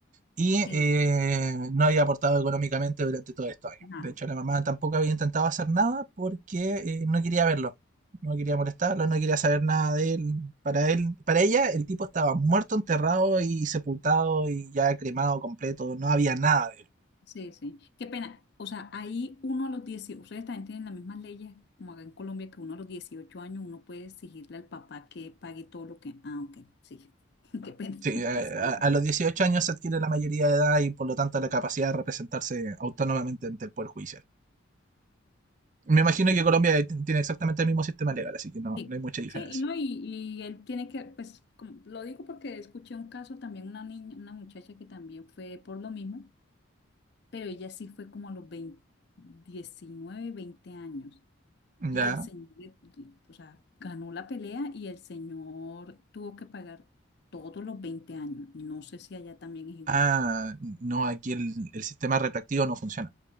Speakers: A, on the right; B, on the left.
A: y
B: Sí,
A: eh, no había aportado económicamente durante todo estos años.
B: nada.
A: De hecho, la mamá tampoco había intentado hacer nada porque eh, no quería verlo, no quería molestarlo, no quería saber nada de él. Para él, para ella, el tipo estaba muerto, enterrado y sepultado y ya cremado completo, no había nada de él.
B: Sí, sí. Qué pena. O sea, ahí uno a los 18. ustedes también tienen las mismas leyes como acá en Colombia, que uno a los 18 años uno puede exigirle al papá que pague todo lo que... Ah, ok, sí. <laughs> Qué pena.
A: Sí,
B: <laughs>
A: a,
B: Sí,
A: a los dieciocho años se adquiere la mayoría de edad y por lo tanto la capacidad de representarse autónomamente ante el Poder Judicial. Me imagino que Colombia t- tiene exactamente el mismo sistema legal, así que no,
B: sí.
A: no hay mucha diferencia.
B: Sí, y no, y, y él tiene que, pues, como- lo digo porque escuché un caso también, una niña, una muchacha que también fue por lo mismo, pero ella sí fue como a los 20 19, 20 años.
A: Ya.
B: Y el señor, le- le- o sea, ganó la pelea y el señor tuvo que pagar todos los 20 años. No sé si allá también es igual.
A: Ah, no, aquí el, el sistema retractivo no funciona.